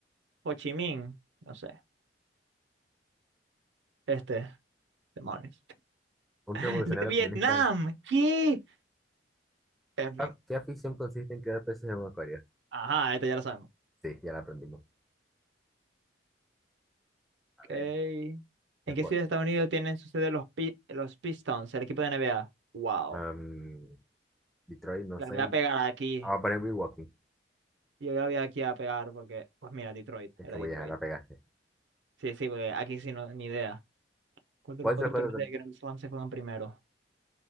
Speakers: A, on the right; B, in the centre.
A: Ho Chi Minh. No sé. Este. Demonios.
B: Un
A: <laughs> De
B: revolucionario
A: Vietnam.
B: comunista.
A: ¿Qué? En fin.
B: Ah, ¿Qué afición consiste en crear peces en un acuario?
A: Ajá, esto ya lo sabemos.
B: Sí, ya la aprendimos. A
A: Okay.
B: ver, deporte.
A: ¿En qué ciudad de Estados Unidos tienen su sede los, Pi- los Pistons, el equipo de NBA? Wow.
B: Am, Detroit, no
A: La
B: sé.
A: voy a pegar aquí.
B: Ah, voy a poner Milwaukee.
A: Yo la voy aquí a pegar porque, pues mira, Detroit,
B: Es
A: era
B: que voy
A: Detroit.
B: a dejar, la pegaste.
A: Sí, sí, porque aquí sí no, ni idea. ¿Cuál de
B: ¿Cuál
A: los cuatro
B: de los cuatro?
A: torneos
B: tem-
A: de Grand Slam se juegan primero?